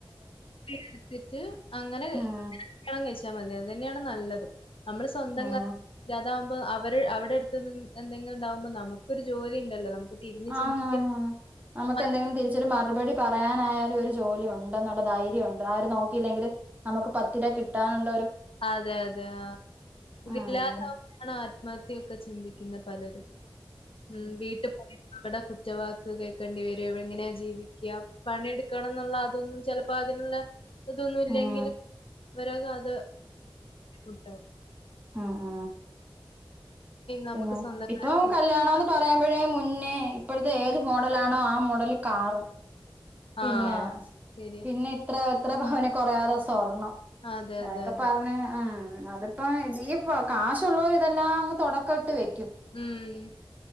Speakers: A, on the left (about 80°); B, on the right (about 15°).
A: എടുത്തിട്ട് അങ്ങനെ
B: ഉം
A: കല്യാണം കഴിച്ചാൽ മതി. അത് തന്നെയാണ് നല്ലത് നമ്മള് സ്വന്തം
B: ഉം
A: കാലി നിക്കാതാവു അവര് അവ്ടെ അടുത്ത് എന്തെ എന്തെങ്കിലും ഉണ്ടാവുമ്പോ നമുക്കൊരു ജോലി ഇണ്ടല്ലോ നമുക്ക് തിരിഞ്ഞ്
B: ആന്നാന്നാന്ന്
A: ചിന്തിക്കാൻ
B: നമുക്ക്
A: മ
B: എന്തെങ്കിലും തിരിച്ചൊരു മറുപടി പറയാനായാലും ഒരു ജോ ജോലി ഉണ്ടന്ന്ള്ളതാ ധൈര്യ ഉണ്ട് ആരും നോക്കിയില്ലെങ്കിലും നമുക്ക് പത്ത് രൂവ കിട്ടാന് <unintelligible>
A: അതെ അതെ ആ ഇതില്ലാതാവുമ്പൊയാണ്
B: ഉം
A: ആത്മഹ ത്യയൊക്കെ ചിന്തി പിന്നെ പലരും ഉം വീട്ടി പോയ അവടെ കുത്തി വാക്ക് കേൾക്കേണ്ടി വരും ഇ എങ്ങനെയാ ജീവിക്കുക പണിയെടുക്കണം എന്നുള്ള അതൊന്നും ചിലപ്പോ അതിനുള്ള പ്പൊ ഇതൊന്നും ഇല്ലെങ്കിലും
B: ഉം
A: വര കഥ കുട്ടവ്
B: മ് മ്
A: നമുക്ക്
B: ഉം
A: സ്വന്തം
B: ഇപ്പൊ
A: കാലിൽ നിൽക്കാം.
B: കല്യാണംന്ന് പറയുമ്പൊഴേ മുന്നേ ഇപ്പഴത്തെ
A: ഉം.
B: ഏത് മോഡലാണോ ആ മോ മൊടല് കാറ് പിന്നെ
A: ആ. ശരിയാ.
B: പിന്നെ ഇത്ര ഇത്ര പവനി കൊറയാതെ സ്വർണ്ണം
A: അതെ,
B: ആ
A: അതെ,
B: ക്ക
A: അതെ.
B: പർഞ്ഞ് ആ അതിപ്പോ ഇത് ഈ കാശുള്ളവര് ഇതെല്ലാം അങ്ങ് തുടക്കം ഇട്ട് വെ
A: ഉം